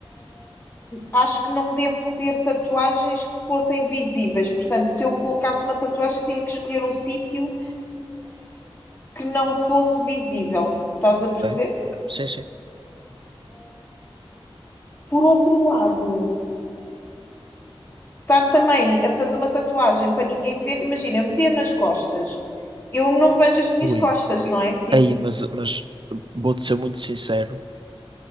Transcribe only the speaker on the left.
acho que não devo ter tatuagens que fossem visíveis. Portanto, se eu colocasse uma tatuagem, tinha que escolher um sítio que não fosse visível. Estás a perceber?
Por outro lado, estar também a fazer uma tatuagem para ninguém ver, imagina, eu meter nas costas. Eu não vejo as minhas
costas, não é? Tipo,